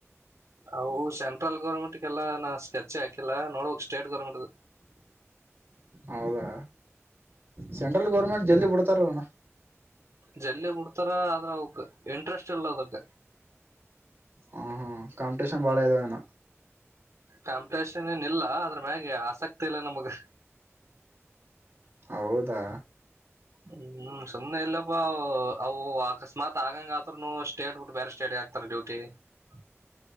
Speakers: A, on the right; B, on the right.
A: ಹೌ ಸೆಂಟ್ರಲ್ ಗರ್ಮೆಂಟ್ ಎಲ್ಲ ನಾ ಸ್ಕೆಚ್ ಹಾಕಿಲ್ಲ ನೋಡಕ್ ಸ್ಟೇಟ್ ಗೌರ್ಮೆಂಟ್
B: ಹೌದಾ ಸೆಂಟ್ರಲ್ ಗರ್ಮೆಂಟ್ ಜಲ್ಲಿ ಬಿಡ್ತಾರಣ್ಣ
A: ಜಲ್ಲಿ ಬಿಡ್ತಾರ ಆದ್ರ ಅವಕ್ ಇಂಟ್ರೆಸ್ಟ್ ಇಲ್ಲ ಅದಕ್
B: ಹ ಹಾ ಕಾಂಪಿಟೇಷನ್ ಬಾಳ ಇದಾವೆನ್
A: ಕಾಂಪಿಟೇಷನ್ ಏನ ಇಲ್ಲ ಅದ್ರ ಮ್ಯಾಗೆ ಆಸಕ್ತಿ ಇಲ್ಲ ನಮಗ್
B: ಹೌದಾ
A: ಹ್ಮ್ ಸುಮ್ನೆ ಎಲ್ಲಪ್ಪಾ ಅವು ಅಕಸ್ಮಾತ್ ಆಗಂಗ ಆದ್ರುನು ಸ್ಟೇಟ್ ಬಿಟ್ಟು ಬೇರೆ ಸ್ಟೇಟ್ ಯಾಕ್ ಅಕ್ತರ ಡ್ಯೂಟಿ
B: ಹ <inaudible>